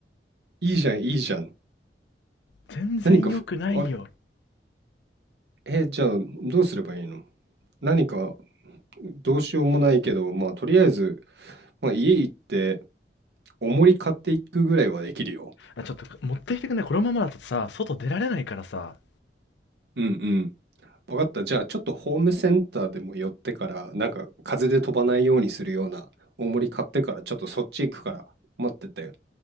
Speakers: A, on the right (about 65°); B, on the left (about 80°).
A: いいじゃん、いいじゃん。
B: 全然良くないよ。
A: 何かふ、あ、え、じゃあどうすればいいの何かどうしようもないけど、まあとりあえず、まあ家行って重り買っていくぐらいはできるよ。
B: あ、ちょっと、持ってきてくんないこのままだとさ、外出られないからさ。
A: うんうん。わかった。じゃあちょっとホームセンターでも寄ってから、なんか風で飛ばないようにするような重り買ってから、ちょっとそっち行くから待ってて。